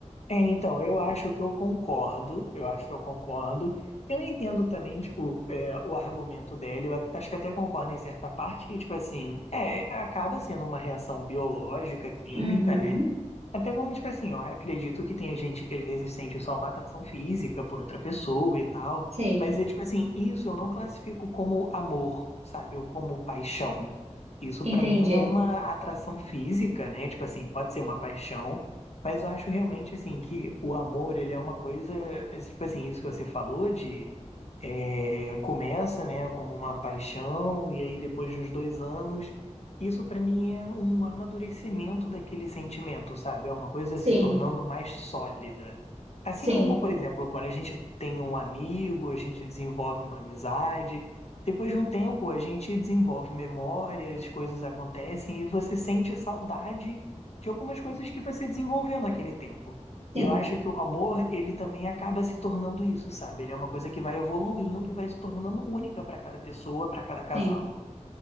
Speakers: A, on the left (about 60°); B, on the right (about 60°).
A: É, então, eu acho que eu concordo, eu acho que eu concordo. Eu entendo também, tipo, é, o argumento dela, eu at- acho que até concordo em certa parte, que, tipo assim, é, acaba sendo uma reação biológica, química,
B: Uhum.
A: né? Até como, tipo assim, ó, acredito que tem gente que às vezes sente só uma atração física por outra pessoa e tal,
B: Sim,
A: mas é tipo assim, isso eu não classifico como amor, sabe? Ou como paixão. Isso
B: entendi.
A: pra mim é uma atração física, né? Tipo assim, pode ser uma paixão, mas eu acho realmente assim que o amor, ele é uma coisa, tipo assim, isso que você falou de é, começa, né, como uma paixão, e aí depois de uns dois anos, isso para mim é um amadurecimento daquele sentimento, sabe? É uma coisa
B: Sim,
A: se tornando mais sólida. Assim
B: sim,
A: como, por exemplo, quando a gente tem um amigo, a gente desenvolve uma amizade, depois de um tempo a gente desenvolve memórias, coisas acontecem e você sente saudade de algumas coisas que você desenvolveu naquele tempo.
B: sim,
A: E eu acho que o amor, ele também acaba se tornando isso, sabe? Ele é uma coisa que vai evoluindo e vai se tornando única para cada pessoa, para cada casal.
B: sim,